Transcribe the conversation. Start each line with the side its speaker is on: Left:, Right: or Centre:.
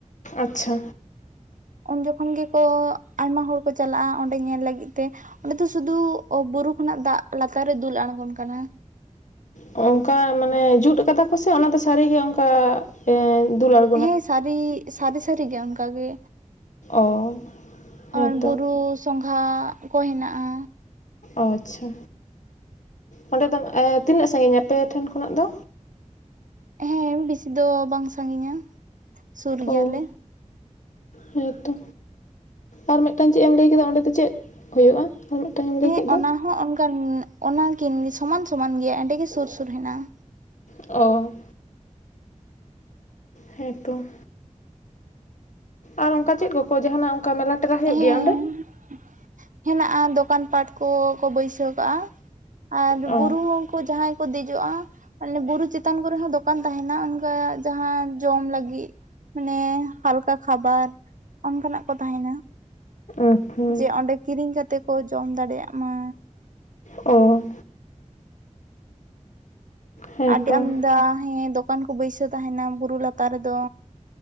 Left: ᱟᱪᱪᱷᱟ
Right: ᱩᱱ ᱡᱚᱠᱷᱚᱱ ᱜᱮᱠᱚ ᱟᱭᱢᱟ ᱦᱚᱲ ᱠᱚ ᱪᱟᱞᱟᱜᱼᱟ ᱚᱸᱰᱮ ᱧᱮᱞ ᱞᱟᱹᱜᱤᱫ ᱛᱮ᱾ ᱚᱸᱰᱮ ᱫᱚ ᱥᱩᱫᱩ ᱵᱩᱨᱩ ᱠᱷᱚᱱᱟᱜ ᱫᱟᱜ ᱞᱟᱛᱟᱨ ᱨᱮ ᱫᱩᱞ ᱟᱬᱜᱚᱱ ᱠᱟᱱᱟ᱾
Left: ᱚᱱᱠᱟ ᱢᱟᱱᱮ ᱡᱩᱛ ᱠᱟᱫᱟ ᱠᱚ ᱥᱮ ᱚᱱᱟ ᱫᱚ ᱥᱟᱹᱨᱤᱜᱮ ᱚᱱᱠᱟ ᱫᱩᱞᱟᱹᱲ
Right: ᱦᱮᱸ ᱥᱟᱹᱨᱤ ᱥᱟᱹᱨᱤ ᱥᱟᱹᱨᱤ ᱜᱮ ᱚᱱᱠᱟᱜᱮ
Left: ᱚ ᱦᱮᱸᱛᱚ
Right: ᱟᱨ ᱵᱩᱨᱩ ᱥᱚᱸᱜᱷᱟ ᱠᱚ ᱦᱮᱱᱟᱜᱼᱟ᱾
Left: ᱟᱪᱪᱷᱟ ᱚᱸᱰᱮ ᱫᱚ ᱛᱤᱱᱟᱹᱜ ᱥᱟᱺᱟᱜᱤᱧᱟ ᱟᱯᱮ ᱴᱷᱮᱱ ᱠᱷᱚᱱᱟᱜ ᱫᱚ?
Right: ᱦᱮᱸ ᱵᱮᱥᱤ ᱫᱚ ᱵᱟᱝ ᱥᱟᱺᱜᱤᱧᱟ᱾ ᱥᱩᱨ ᱜᱮᱭᱟᱞᱮ
Left: ᱚ ᱦᱮᱸᱛᱚ, ᱟᱨ ᱢᱤᱫᱴᱟᱝ ᱪᱮᱫ ᱮᱢ ᱞᱟᱹᱭ ᱠᱮᱫᱟ ᱚᱸᱰᱮ ᱫᱚ ᱪᱮᱫ ᱦᱩᱭᱩᱜᱼᱟ? ᱟᱨ ᱢᱤᱫᱴᱟᱝ ᱞᱟᱹᱭ
Right: ᱦᱮᱸ
Left: ᱠᱮᱫ ᱫᱚ᱾
Right: ᱚᱱᱟ ᱦᱚᱸ ᱚᱱᱠᱟᱱ ᱚᱱᱟᱠᱤᱱ ᱥᱚᱢᱟᱱ ᱥᱚᱢᱟᱱ ᱜᱮᱭᱟ ᱚᱸᱰᱮᱜ ᱜᱮ ᱥᱩᱨ ᱥᱩᱨ ᱦᱮᱱᱟᱜᱼᱟ᱾
Left: ᱚ ᱦᱮᱸ ᱛᱚ ᱟᱨ ᱚᱱᱠᱟ ᱪᱮᱫ ᱠᱚᱠᱚ ᱡᱟᱦᱟᱱᱟᱜ ᱚᱱᱠᱟ ᱢᱮᱞᱟ ᱴᱮᱞᱟ ᱦᱩᱭᱩᱜᱭ
Right: ᱦᱮᱸ
Left: ᱜᱮᱭᱟ ᱚᱸᱰᱮ?
Right: ᱦᱮᱱᱟᱜᱼᱟ ᱫᱚᱠᱟᱱ ᱯᱟᱴ ᱠᱚᱠᱚ ᱵᱟᱹᱭᱥᱟᱹᱣ ᱠᱟᱜᱼᱟ᱾ ᱟᱨ
Left: ᱚ
Right: ᱵᱩᱨᱩ ᱦᱚᱸ ᱩᱱᱠᱩ ᱡᱟᱦᱟᱸᱭ ᱠᱚ ᱫᱮᱡᱚᱜᱼᱟ ᱞᱮ ᱵᱩᱨᱩ ᱪᱮᱛᱟᱱ ᱠᱚᱨᱮ ᱦᱚᱸ ᱫᱚᱠᱟᱱ ᱛᱟᱦᱮᱱᱟ ᱚᱱᱠᱟ ᱡᱟᱦᱟᱸ ᱡᱚᱢ ᱞᱟᱹᱜᱤᱫ᱾ ᱢᱟᱱᱮ ᱦᱟᱞᱠᱟ ᱠᱷᱟᱵᱟᱨ ᱚᱱᱠᱟᱱᱟᱜ ᱠᱚ ᱛᱟᱦᱮᱱᱟ᱾
Left: ᱟᱪᱪᱷᱟ
Right: ᱡᱮ ᱚᱸᱰᱮ ᱠᱤᱨᱤᱧ ᱠᱟᱛᱮ ᱠᱚ ᱡᱚᱢ ᱫᱟᱲᱮᱭᱟᱜ ᱢᱟ᱾
Left: ᱚ ᱦᱮᱸᱛᱚ
Right: ᱟᱹᱰᱤ ᱟᱢᱫᱟ ᱦᱮᱸ ᱫᱚᱠᱟᱱ ᱠᱚ ᱵᱟᱹᱭᱥᱟᱹᱣ ᱛᱟᱦᱮᱱᱟ ᱵᱩᱨᱩ ᱞᱟᱛᱟᱨ ᱨᱮᱫᱚ᱾